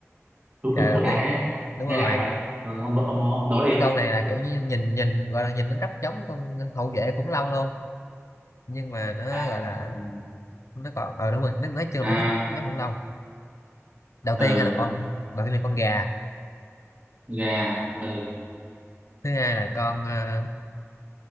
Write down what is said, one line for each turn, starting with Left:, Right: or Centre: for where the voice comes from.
Right: thú
Left: giờ
Right: cưng cổ
Left: đầu
Right: đại
Left: tiên
Right: ấy
Left: đúng
Right: nghe
Left: rồi
Right: lạ vậy ờ, ông ông ông đó đi
Left: cái con này là kiểu như nhìn nhìn gọi là nhìn nó rất giống con hậu vệ khủng long luôn nhưng mà nó
Right: à
Left: gọi là nó còn ờ đúng rồi nó nói chung
Right: à
Left: là thích giống khủng long đầu
Right: ờ
Left: tiên là con đầu tiên là con gà
Right: gà ờ
Left: thứ hai là con ờ,